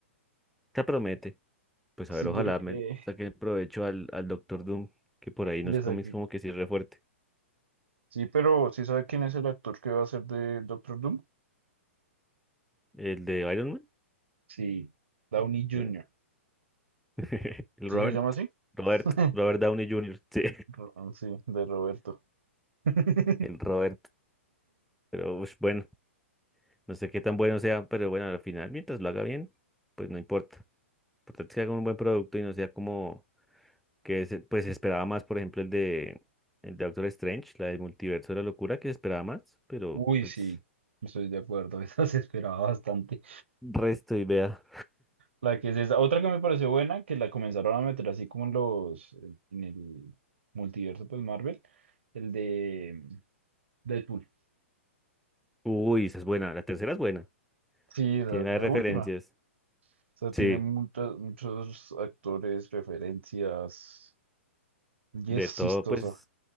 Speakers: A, in the centre; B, on the right (about 60°).
A: esa promete. Pues
B: Sí,
A: a ver,
B: porque
A: ojalá me saque provecho al, al Doctor Doom, que por ahí nos
B: le
A: cómics
B: saqué-
A: como que sí es re fuerte.
B: Sí, pero ¿sí sabe quién es el actor que va a ser de Doctor Doom?
A: El de Iron Man.
B: Sí, Downey Jr.
A: Mm. <laughs> El
B: ¿Sí
A: Robert.
B: se llama así?
A: Robert,
B: <laughs>
A: Robert Downey Jr. Sí.
B: Ro- ah, Sí, de Roberto. <laughs>
A: <laughs> El Robert. Pero ush, bueno, no sé qué tan bueno sea, pero bueno, al final, mientras lo haga bien, pues no importa. Lo importante es que haga un buen producto y no sea como que se- pues se esperaba más, por ejemplo, el de el de Doctor Strange, la del multiverso de la locura, que se esperaba más, pero
B: Uy,
A: pues
B: sí, estoy de acuerdo, <laughs> eso se esperaba bastante.
A: resto y vea.
B: La que es esa. Otra que me pareció buena, que la comenzaron a meter así como en los, en el multiverso, pues Marvel, el de Deadpool.
A: Uy, esa es buena, la tercera es buena.
B: Sí, la,
A: Tiene la
B: la
A: de referencias.
B: última. O sea,
A: Sí,
B: tiene muchos, muchos actores, referencias, y
A: de
B: es
A: todo,
B: chistosa.
A: pues
B: <laughs>